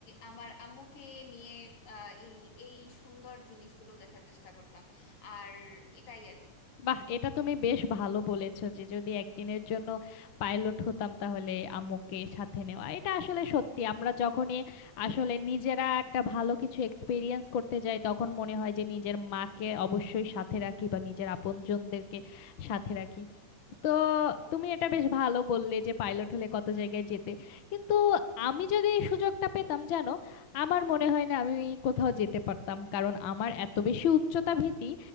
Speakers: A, on the left; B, on the left.
A: আমার আম্মুকে নিয়ে আহ, এই এই সুন্দর জিনিসগুলো দেখার চেষ্টা করতাম আর এটাই আর কি
B: বাহ এটা তুমি বেশ ভালো বলেছো যে যদি একদিনের জন্য পাইলট হতাম তাহলে আম্মুকে সাথে নেওয়া এটা আসলে সত্যি আমরা যখনই আসলে নিজেরা একটা ভালো কিছু এক্সপিরিয়েন্স করতে যাই তখন মনে হয় যে নিজের মাকে অবশ্যই সাথে রাখি বা নিজের আপনজনদেরকে সাথে রাখি তো তুমি এটা বেশ ভালো বললে যে পাইলট হলে কত জায়গায় যেতে কিন্তু আমি যদি এই সুযোগটা পেতাম জানো আমার মনে হয় না আমি কোথাও যেতে পারতাম কারণ আমার এত বেশি উচ্চতা ভীতি